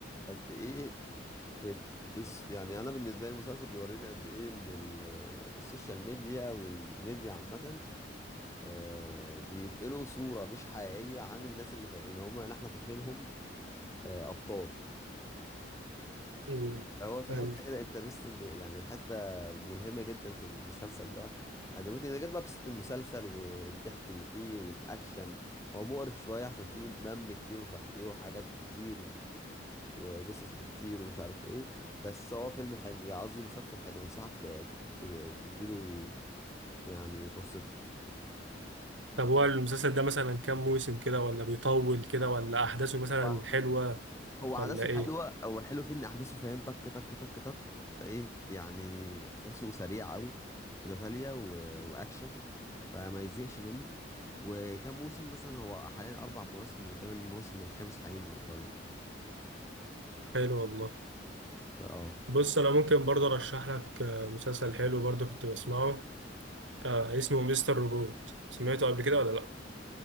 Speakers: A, on the left; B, on the right.
A: قد ايه ال- الس- يعني انا بالنسبه لي المسلسل بيوريني قد ايه ان ال- السوشيال ميديا والميديا عامه آه، بينقلوا صوره مش حقيقيه عن الناس اللي فا... اللي هم اللي احنا فاكرينهم آه، ابطال
B: مم.
A: هو في
B: فهمت
A: حته كده انترستنج يعني حته ملهمه جدا في المسلسل ده عجبتني ده غير بقى قصه المسلسل والضحك اللي فيه والاكشن هو مقرف شويه عشان فيه دم كتير ومش عارف ايه وحاجات بتطير وجثث بتطير ومش عارف ايه بس هو فيلم حلو يعني قصدي مسلسل حلو انصحك ت- تت- تديله يعني فرصته
B: طب هو المسلسل ده مثلا كام موسم كده ولا بيطول كده ولا احداثه مثلا
A: هو
B: حلوة
A: هو احداثه
B: ولا ايه
A: حلوه هو الحلو فيه ان احداثه فاهم تك تك تك تك ايه يعني احساسه سريع قوي متتالية و... واكشن فما يزهقش منه وكم موسم مثلا هو حاليا اربع مواسم وثمان مواسم الخامس هينزل قريب
B: حلو والله
A: فاه
B: بص انا ممكن برضه ارشح لك آه، مسلسل حلو برضه كنت بسمعه آه اسمه مستر روبوت سمعته قبل كده ولا لا